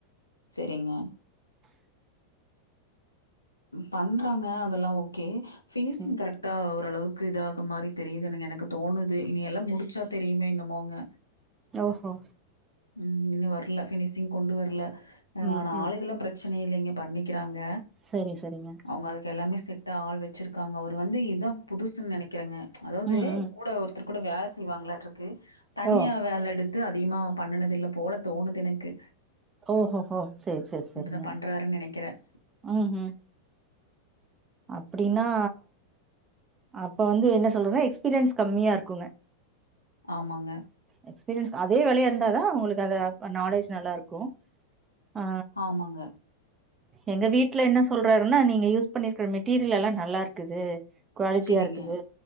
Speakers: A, on the left; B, on the right.
A: செரிங்க பண்றாங்க அதெல்லா ஓகே ஃபினிஷிங்
B: ம்
A: கரெக்டா ஓரளவுக்கு இதாக மாரி தெரியுதுனுங்க எனக் கு தோணுது இனி எல்லா முடிச்சா தெரியுமே என்னமோங்க
B: ஓஹோ
A: ம் இன்னு வர்ல ஃபினிஷிங் கொண்டு வர்ல
B: ம்
A: ஆனா
B: ம்
A: ஆளுக்கெல்லா பிரச்சன இல்லைங்க பண்ணிக்கிறாங்க
B: செரி செரிங்க
A: அவங்க அதுக்கு எல்லாமே செட் ஆள் வெச்சிருக்காங்க அவரே வந்து இதா புதுசுன்னு நெனைக்கிறங்க அதாவது
B: ம் ம்
A: கூட ஒரு தரு கூட வேல செய்வாங்களாட்ருக்கு தனியா
B: ஓ
A: வேல எடுத் து அதிகமா பண்ணனது இல்ல போல தோணுது எனக்கு
B: ஓஹோஹோ சேர் சேர் சேரிங்க
A: இப்பதான் பண்றாருன்னு நெனைக்கிறேன்.
B: ம் ம் அப்டின்னா அப்ப வந்து என்ன சொல்றதுனா எக்ஸ்பீரியன்ஸ் கம்மியா இருக்குங்க
A: ஆமாங்க
B: எக்ஸ்பீரியன்ஸ் அதே வேலையா இருந்தாதா உங்களுக்கு அத நாலேஜ் நல்லா இருக்கு ஆ
A: ஆமாங்க.
B: எங்க வீட்ல என்ன சொல்றாருன்னா நீங்க யூஸ் பண்ணிருக் க மெட்டீரியல் எல்லா நல்லா இருக்குது குவாலிட்டியா
A: சரிங்க,
B: இருக்குது